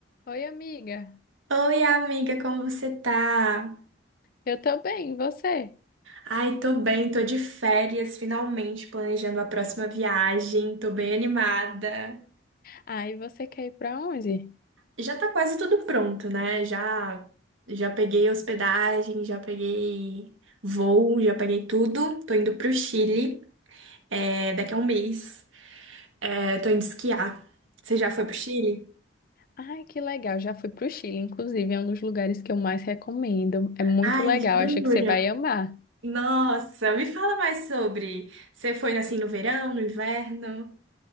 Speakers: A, on the left (about 45°); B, on the right (about 80°).
A: Oi, amiga.
B: Oi, amiga, como você tá?
A: Eu tô bem, e você?
B: Ai, tô bem, tô de férias, finalmente planejando a próxima viagem, tô bem animada.
A: Ah, e você quer ir pra onde?
B: Já tá quase tudo pronto, né? Já já peguei hospedagem, já peguei voo, já peguei tudo. Tô indo pro Chile, é, daqui a um mês. É, tô indo esquiar. Você já foi pro Chile?
A: Ai, que legal. Já fui pro Chile, inclusive, é um dos lugares que eu mais recomendo. É muito
B: Ai,
A: legal, acho
B: jura?
A: que você vai amar.
B: Nossa, me fala mais sobre. Você foi assim no verão, no inverno?